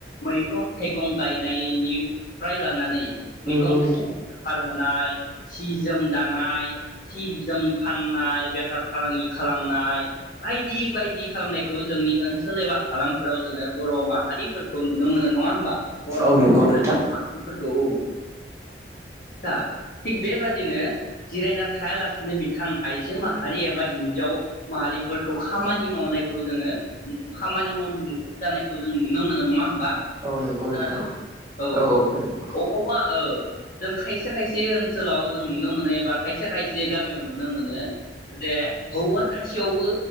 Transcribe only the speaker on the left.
मैगं थाइगं गायनायनिफ्राय लानानै मैगं
आरो <unintelligible> सि जोम दानाय सि जोम फाननाय बेफार फालांगि खालामनाय बायदि बायदि खालामनायखौ जोंनि ओनसोल एबा हालामफोराव जोङो बर' माहारिफोरखौ नुनो मोनो नङा होमबा बर'फोरखौ
औ दा थिग बेबादिनो जिरायना थायालासेनो बिथां आइजो माहारि एबा हिनजाव माहारिफोरखौ खामानि मावनायखौ जोङो खामानि मावनाय मुखुब जानायखौ जों नुनो मोनो नङा होमबा
<unintelligible>
जों खायसे खायसे ओनसोलाव जों नुनो मोनो एबा खायसे खायसे गामियाव नुनो मोनो जे हौवा थासेयावबो